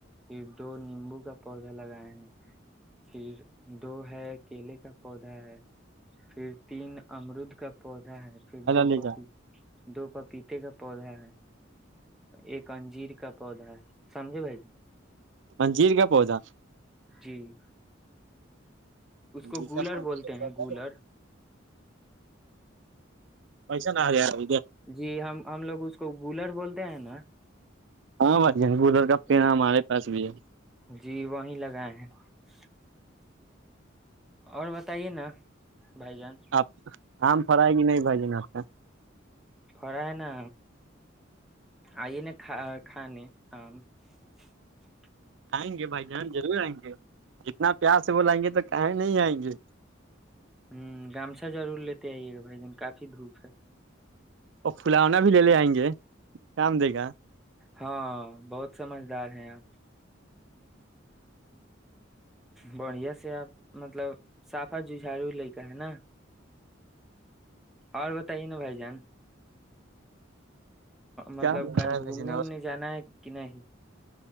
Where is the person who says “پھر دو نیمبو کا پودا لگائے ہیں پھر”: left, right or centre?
Centre